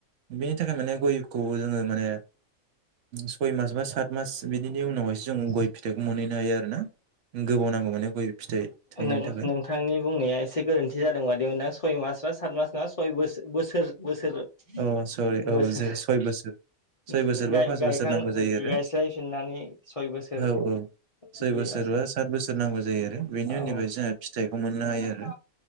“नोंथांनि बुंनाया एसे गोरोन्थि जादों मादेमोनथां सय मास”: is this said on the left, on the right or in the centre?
Left